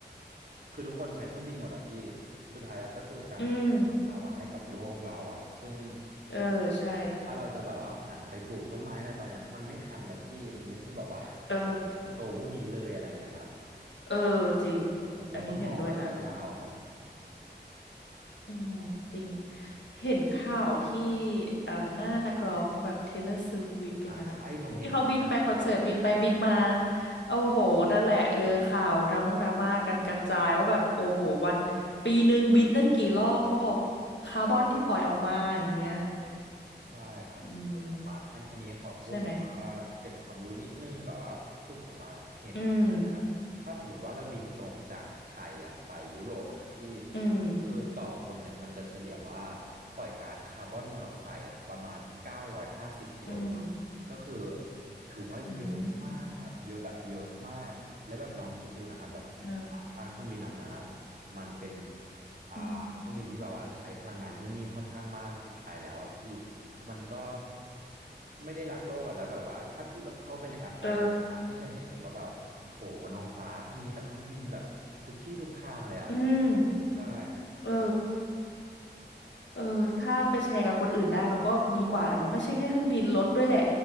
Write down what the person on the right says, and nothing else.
คือทุกคนใช้เครื่องบินหมดอ่ะพี่สุดท้ายแล้วก็คือการก่อมลภาวะให้กับโลกเราอ่ะซึ่ง
ถ้าเราจะแบบว่าหันไปปลูกต้นไม้อะไรตอนเนี้ยมันไม่ทันแล้วพี่มันไม่ใช่แบบว่า <laughs>
จะโตพรุ่งนี้เลยอะไรเงี้ยครับ
เราต้องมองระยะยาวครับ
ใช่
อ่าใช่ผมเห็นเหมือนกันครับ
ใช่ครับคือผมอาะอันอันนี้ขอพูดแบบว่าเกร็ดความรู้นิดนึงแบบว่าคือผมอ่ะเห็นเหมือนกันนะครับถ้าสมมุติว่าเราบินตรงจากไทยอ่ะไปยุโรปอ่ะครับพี่
คือต่อคนเนี่ยมันจะเฉลี่ยว่าปล่อยก๊าซคาร์บอนมอนอกไซด์อ่ะประมาณเก้าร้อยห้าสิบกิโลกรัมก็คือ
ถือว่าเยอะมากอะครับเยอะแบบเยอะมากแล้วแบบลองคิดดูนะครับแบบ
ถ้าเครื่องบินลำนั้นอ่ะมันเป็นอ่าเครื่องบินที่แบบว่าใช้พลังงานนู่นนี่ค่อนข้างมากสุดท้ายแล้วอ่ะพี่
มันก็ไม่ได้รักโลกอะแล้วแบบว่าถ้าพี่แบบเข้าไปในแอปไฟเลยาพี่จะเห็นเลยว่าแบบโหบนท้องฟ้ามีแต่เครื่องบินแบบทุกที่ทุกทางเลยอ่ะ
ใช่ครับ